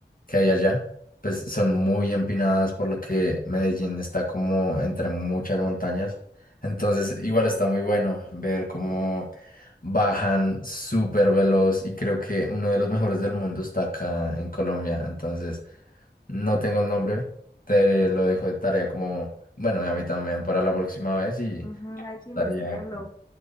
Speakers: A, on the left; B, on the left.
A: que hay allá. Pues son muy empinadas, por lo que Medellín está como entre muchas montañas. Entonces, igual está muy bueno ver cómo bajan súper veloz y creo que uno de los mejores del mundo está acá en Colombia. Entonces... No tengo el nombre, te lo dejo de tarea como, bueno, y a mí también para la próxima vez y
B: Ujú, hay
A: estaría...
B: que investigarlo.